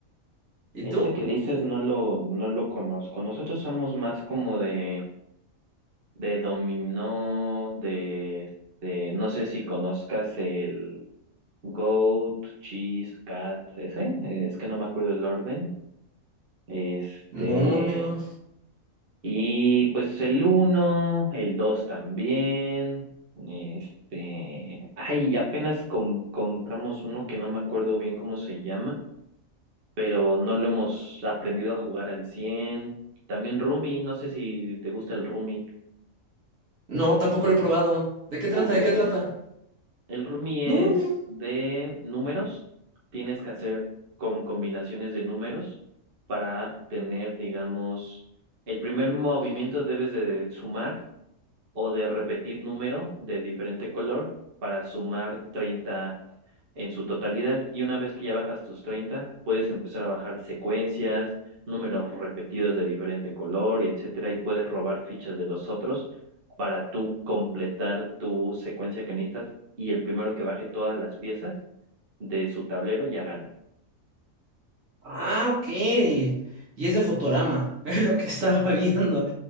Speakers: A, on the right; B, on the right.
A: ¿Y
B: Ese
A: tú?
B: que dices no lo, no lo conozco. Nosotros somos más como de, de dominó, de, de, no sé si conozcas el Goat, Cheese, Cat, ese, eh, es que no me acuerdo el orden. Este,
A: No, amigo.
B: Y pues el uno el 2 también. Este, ay, apenas com- compramos uno que no me acuerdo bien cómo se llama, pero no lo hemos aprendido a jugar al cien También Rumi, no sé si te gusta el Rumi.
A: No, tampoco lo he probado. ¿De qué
B: ¿Cómo
A: trata?
B: crees?
A: ¿De qué trata?
B: El Rumi es
A: No, amigo.
B: de números. Tienes que hacer con combinaciones de números para tener, digamos, el primer movimiento debes de sumar o de repetir número de diferente color para sumar 30 en su totalidad. Y una vez que ya bajas tus 30 puedes empezar a bajar secuencias, números repetidos de diferente color y etcétera, y puedes robar fichas de los otros para tú completar tu secuencia que necesitas y el primero que baje todas las piezas de su tablero ya gana.
A: Ah, ok. Y es de Fotorama. <laughs> Es lo que estaba viendo.